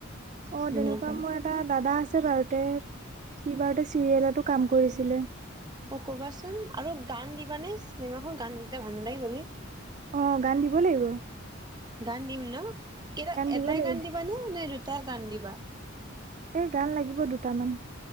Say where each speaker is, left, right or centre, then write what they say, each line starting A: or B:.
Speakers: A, on the right (about 35°); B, on the right (about 20°).
A: অঁ!
B: মানে
A: তেনেকুৱা
B: সেইকাৰণে
A: ম‌ই <unintelligible> এটা দাদা আছে বাৰুতে, সি বাৰুতে চিৰিয়েলতো কাম কৰিছিলে। <unintelligible>
B: অঁ কবা চোন আৰু গান দিবানে চিনেমাখন গান নিদিলে ভাল নালাগে যে? <unintelligible>
A: অঁ গান দিব লাগিব। <unintelligible>
B: গান দিম ন? কেইটা এটাই
A: দিব লাগিব
B: গান দিবা নে, নে দুটা গান দিবা? <unintelligible>
A: এই গান লাগিব দুটামান। <unintelligible>